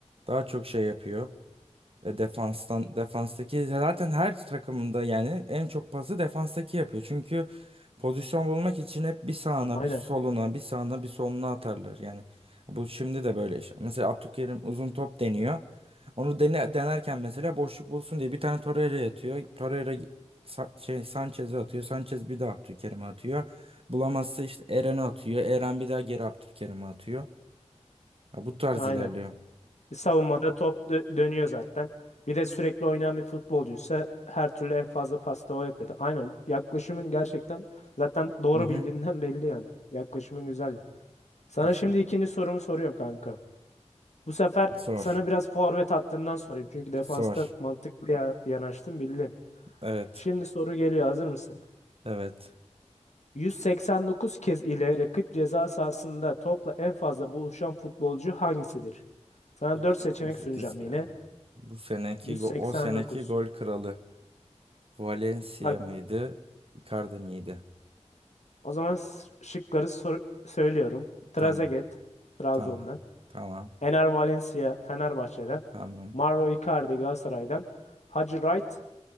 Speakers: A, on the right; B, on the left.
A: daha çok şey yapıyor. E, Defanstan defanstaki zaten her takımında yani en çok pası defanstaki yapıyor. Çünkü pozisyon bulmak için hep bir sağına,
B: Aynen.
A: bir soluna, bir sağına, bir soluna atarlar. Yani bu şimdi de böyle iş. Mesela Abdülkerim uzun top deniyor. Onu dene, denerken mesela boşluk bulsun diye bir tane Torreira yatıyor. Torreira Sa- şey Sanchez'e atıyor. Sanchez bir daha Abdülkerim'e atıyor. Bulamazsa işte Eren'e atıyor. Eren bir daha geri Abdülkerim'e atıyor. Ya bu tarz
B: Aynen.
A: ilerliyor.
B: E, Savunmada top dö- dönüyor zaten. Bir de sürekli oynayan bir futbolcuysa her türlü en fazla pasta o yapıyordu. Aynen. Yaklaşımın gerçekten zaten doğru
A: Hı hı.
B: bildiğinden <laughs> belli yani. Yaklaşımın güzeldi. Sana
A: İşte.
B: şimdi ikinci sorumu soruyorum kanka. Bu sefer
A: Sor.
B: sana biraz forvet hattından sorayım. Çünkü defansta
A: Sor.
B: mantıklı ya yanaştın bildin.
A: Evet.
B: Şimdi soru geliyor. Hazır mısın?
A: Evet.
B: 189 kez ile rakip ceza sahasında topla en fazla buluşan futbolcu hangisidir? Sana 4
A: 88
B: seçenek sunacağım
A: yani.
B: yine.
A: Bu seneki
B: 189.
A: go- o seneki gol kralı Valencia
B: Bak
A: mıydı? Icardi miydi?
B: o zaman s- şıkları sor- söylüyorum. Trezeguet
A: Tamam.
B: Trabzon'dan.
A: Tamam. Tamam.
B: Ener Valencia Fenerbahçe'den.
A: Tamam.
B: Mauro Icardi Galatasaray'dan. Hacı Wright